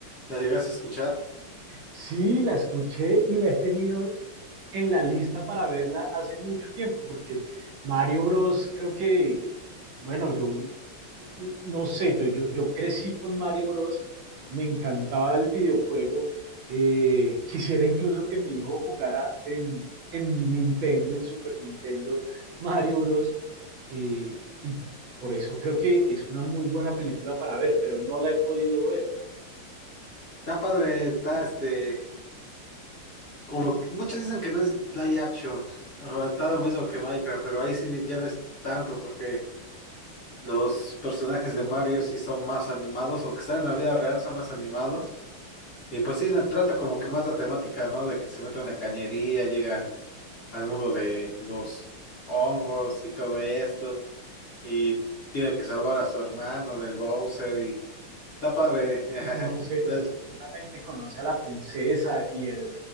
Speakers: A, on the left; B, on the right.
A: La llegas a escuchar.
B: Sí, la escuché y la he tenido en la lista para verla hace mucho tiempo, porque Mario Bros. creo que, bueno, yo no sé, pero yo, yo crecí con Mario Bros. Me encantaba el videojuego. eh, <laughs> quisiera incluso que mi hijo jugara en, en Nintendo, en Super Nintendo, Mario Bros. eh, y por eso creo que es una muy buena película para ver, pero no la he podido ver.
A: Está padre, está este, como que- muchos dicen que no es live action, o está lo mismo que Minecraft, pero ahí sí ya no es tanto porque los personajes de Mario sí son más animados, aunque están en la vida real, son más animados. Y pues sí, na- trata como que más la temática, ¿no? De que se mete a una cañería, llegan al mundo de los hongos y todo esto, y tiene que salvar a su hermano del Bowser, y está padre. <laughs>
B: y conoce,
A: La-
B: y seguramente conoce a la princesa y el,